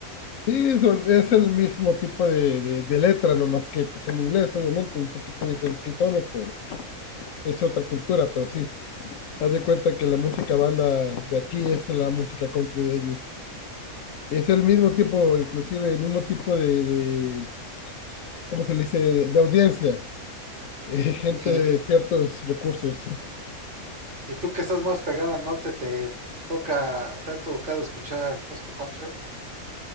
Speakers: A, on the left; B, on the right.
A: Sí, son- es el mismo tipo de, de, de letra, nomás que pues en inglés, obviamente, un poquito diferente el tono, pues es otra cultura, pero sí, haz de cuenta que la música banda de aquí es la música country de ellos. Es el mismo tipo, inclusive, el mismo tipo de, de ¿cómo se le dice?, de audiencia, eh, <laughs> gente
B: Y
A: de ciertos recursos.
B: Y tú que estás más pegado al norte, ¿te toca, te ha tocado escuchar música country?